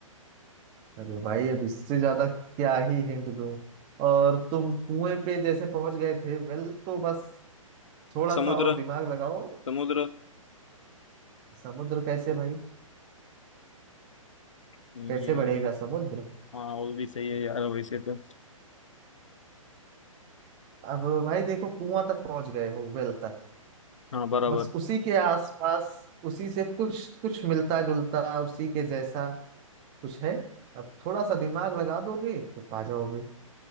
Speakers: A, on the right; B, on the left.
A: अरे भाई अब इससे ज्यादा क्या ही हिंट दूं और तुम कुएं पे जैसे पहुंच गए थे वेल तो बस थोड़ा
B: समुद्र
A: सा और दिमाग लगाओ
B: समुद्र
A: समुद्र कैसे भाई
B: हम्म,
A: कैसे बढ़ेगा समुद्र
B: हाँ वो भी सही है यार वैसे तो
A: अब भाई देखो कुआं तक पहुंच गए हो वेल तक
B: हाँ बराबर
A: बस उसी के आसपास उसी से कुछ कुछ मिलता जुलता उसी के जैसा कुछ है अब थोड़ा सा दिमाग लगा दोगे तो पा जाओगे